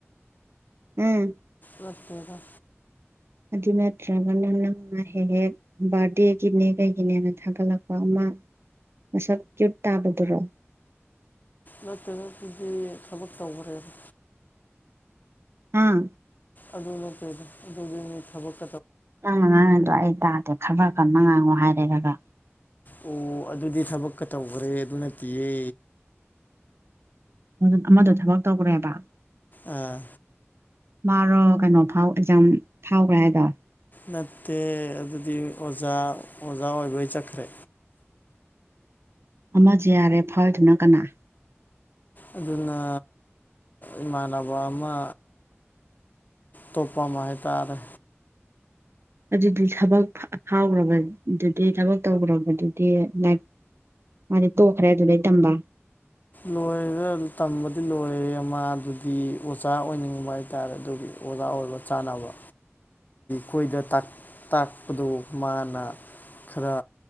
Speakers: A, on the right; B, on the left.
A: ꯎꯝ
B: ꯂꯇꯗ
A: ꯑꯗꯨ ꯅꯠꯇ꯭ꯔꯒꯅ ꯅꯪꯅ ꯍꯦꯛ ꯍꯦꯛ ꯕꯥꯔꯗꯦꯒꯤꯅꯦ ꯀꯩꯒꯤꯅꯦꯅ ꯊꯥꯒꯠꯂꯛꯄ ꯑꯃ ꯃꯁꯛ ꯀ꯭ꯌꯨꯠ ꯇꯥꯕꯗꯨꯔꯣ
B: ꯅꯠꯇ꯭ꯔꯅ ꯑꯗꯨꯗꯤ ꯊꯕꯛ ꯇꯧꯈꯔꯦꯕ
A: ꯑꯥ
B: ꯑꯗꯨ ꯅꯠꯇ ꯑꯗꯨꯒꯤ ꯊꯕꯛ
A: ꯑꯪ ꯑꯉꯥꯡ ꯑꯗꯣ ꯑꯩ ꯇꯥꯗꯦ ꯈꯕꯔ ꯀꯟꯅ ꯉꯥꯡꯉꯣ ꯍꯥꯏꯔꯦꯔꯒ
B: ꯑꯣ ꯑꯗꯨꯗꯤ ꯊꯕꯛꯀ ꯇꯧꯈ꯭ꯔꯦ ꯑꯗꯨ ꯅꯠꯇꯌꯦ
A: ꯑꯗꯨ ꯑꯃꯗ ꯊꯕꯛ ꯇꯧꯈ꯭ꯔꯦꯕ
B: ꯑꯥ
A: ꯃꯥꯔꯣ ꯀꯩꯅꯣ ꯐꯥꯎ ꯑꯦꯛꯖꯥꯝ ꯐꯥꯎꯈ꯭ꯔꯦ ꯍꯥꯏꯗ
B: ꯅꯠꯇꯦ ꯑꯗꯨꯗꯤ ꯑꯣꯖꯥ ꯑꯣꯖꯥ ꯑꯣꯏꯕꯩ ꯆꯠꯈ꯭ꯔꯦ
A: ꯑꯃꯁ ꯌꯥꯔꯦ ꯐꯜꯗꯨꯅ ꯀꯅꯥ
B: ꯑꯗꯨꯅ ꯏꯃꯥꯟꯅꯕ ꯑꯃ ꯇꯣꯄꯝ ꯍꯥꯏꯇꯥꯦ
A: ꯑꯗꯨꯗꯤ ꯊꯕꯛ ꯐꯥꯎꯈ꯭ꯔꯕꯗꯨꯗꯤ ꯊꯕꯛ ꯇꯧꯈ꯭ꯔꯕꯗꯨꯗꯤ ꯂꯥꯏ ꯃꯥꯗꯤ ꯇꯣꯛꯈ꯭ꯔꯦ ꯑꯗꯨꯗꯩ ꯇꯝꯕ
B: ꯂꯣꯏꯔ ꯇꯝꯕꯗꯤ ꯂꯣꯏꯔꯦ ꯑꯃ ꯑꯗꯨꯗꯤ ꯑꯣꯖꯥ ꯑꯣꯏꯅꯤꯡꯕ ꯍꯥꯏꯇꯥꯔꯦ ꯑꯗꯨꯒꯤ ꯑꯣꯖꯥ ꯑꯣꯏꯕ ꯆꯥꯅꯕ ꯀꯣꯏꯗ ꯇꯥꯛꯄꯗꯨ ꯃꯥꯅ ꯈꯔ